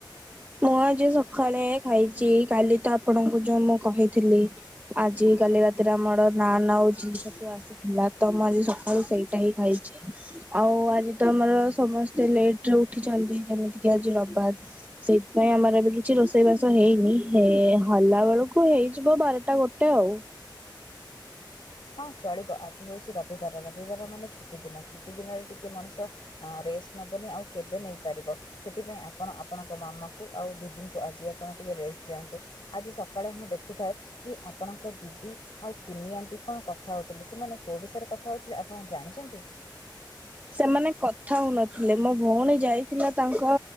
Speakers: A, on the right; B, on the left.
A: ମୁଁ ଆଜି ସକାଳେ ଖାଇଛି କାଲି ତ ଆପଣଙ୍କୁ ଯୋଉ ମୁଁ କହିଥିଲି। ଆ ଜି କାଲି ରାତିରେ ଆମର ନାନ ଆଉ ଜି ଛତୁ ଆସ ଥିଲା ତ ମୁଁ ଆଜି ସକାଳୁ ସେଇଟା ହିଁ ଖାଇଛି। ଆଉ ଆଜି ତ ଆମର ସମସ୍ତେ ଲେଟ୍ ରେ ଉଠିଛନ୍ତି। ଯେମିତିକ ଆଜି ରବିବାର। ସେଇଥିପାଇଁ ଆମର ଏବେ କିଛି ରୋଷେଇବାସ ହେଇନି, ହେ ହଲା ବେଳକୁ ହେଇଯିବ ବାରଟା ଗୋଟେ ଆଉ।
B: ହଁ ଚଳିବ ଆଜି ହଉଛି ରବିବାର ରବିବାର ମାନେ ଛୁଟି ଦିନ। ଛୁଟି ଦିନରେ ଟିକେ ମଣିଷ ରେଷ୍ଟ ନେବନି ଆଉ କେବେ ନେଇପାରିବ। ସେଥିପାଇଁ ଆପଣ ଆପଣଙ୍କ ମାମାଙ୍କୁ ଆଉ ଦିଦିଙ୍କୁ ଆଜି ଆପଣ ଟିକେ ରେଷ୍ଟ ଦିଅନ୍ତୁ। ଆଜି ସକାଳେ ମୁଁ ଦେଖୁଥାଏ କି ଆପଣଙ୍କ ଦିଦି ଆଉ କୁନି ଆଣ୍ଟି କଣ କଥା ହେଉଥିଲେ ସେମାନେ କେଉଁ ବିଷୟରେ କଥା ହେଉଥିଲେ ଆପଣ ଜାଣିଛନ୍ତି?
A: ସେମାନେ କଥା ହଉନଥିଲେ ମୋ ଭଉଣୀ ଯାଇଥିଲା ତାଙ୍କ